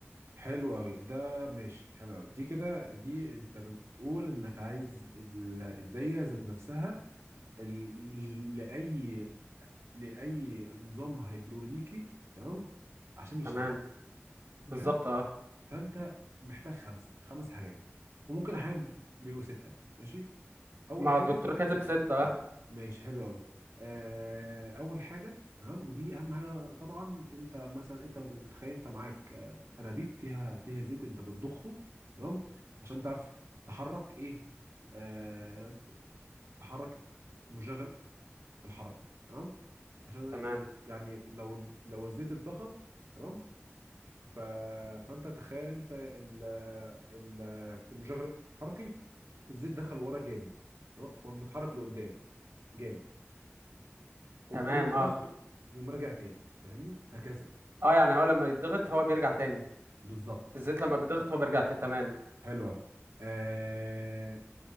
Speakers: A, on the right; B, on the right.
A: حلو قوي ده ماشي حلو قوي دي كده دي انت بتقول انك عايز ال- الدايره ذات نفسها ال- لاي لاي نظام هيدروليكي تمام عشان يشتغل
B: تمام بالظبط
A: حلو
B: اه
A: فانت محتاج خمسه خمس حاجات وممكن احيانا بيبقوا سته ماشي اول
B: ما
A: حاجه
B: هو الدكتور كاتب ستة اه
A: ماشي حلو قوي آه اول حاجه تمام ودي اهم حاجه طبعا انت مثلا انت مت- تخيل انت معاك آه، انابيب فيها فيها زيت انت بتضخه تمام عشان تعرف تحرك ايه آه تحرك المشغل الحركي تمام عشان
B: تمام
A: ي- يعني لو لو الزيت اتضغط تمام ف... فانت تخيل انت ال... ال... المشغل الحركي الزيت دخل ورا جامد تمام فمتحرك لقدام جامد قوم
B: تمام
A: قلل الضغط
B: اه
A: يقوم راجع تاني فاهمني هكذا
B: اه يعني هو لما يتضغط هو بيرجع تاني
A: بالظبط
B: الزيت لما بيتضغط هو بيرجع تاني تمام
A: حلو قوي آه